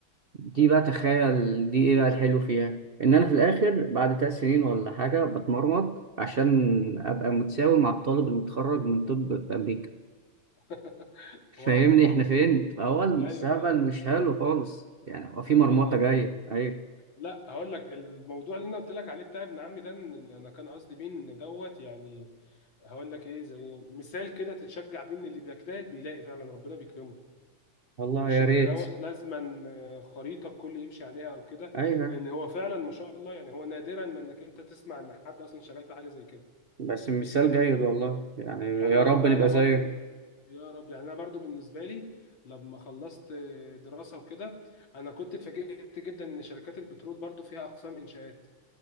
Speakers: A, on the right; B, on the left.
A: دي بقى تخيل دي ايه بقى الحلو فيها ان انا في الاخر
B: مم.
A: بعد ثلاث سنين ولا حاجه بتمرمط عشان ابقى متساوي مع الطالب المتخرج من طب في امريكا
B: <laughs>
A: فاهمني
B: واو
A: احنا فين فهو المستقبل
B: ايوه ايوه
A: مش حلو خالص يعني هو
B: احنا
A: في مرمطه
B: بعيد
A: جايه ايوه
B: لا هقول لك الموضوع اللي انا قلت لك عليه بتاع ابن عمي ده إن انا كان قصدي بيه ان دوت يعني هقول لك ايه زي مثال كده تتشجع بيه ان اللي بيجتهد بيلاقي فعلا ربنا بيكرمه
A: والله
B: مش
A: يا
B: ان
A: ريت
B: دوت لازما آه، خريطه الكل يمشي عليها او كده
A: ايوه
B: لان هو فعلا ما شاء الله يعني هو نادرا ما انك انت تسمع ان حد اصلا شغال في حاجه زي كده
A: بس مثال جيد والله يعني يا
B: يعني انا
A: رب
B: ب... انا
A: نبقى
B: برضو
A: زيه
B: يا رب يعني انا برضو بالنسبه لي لما خلصت آه، دراسه وكده انا كنت اتفاجئت جدا ان شركات البترول برضو فيها اقسام انشاءات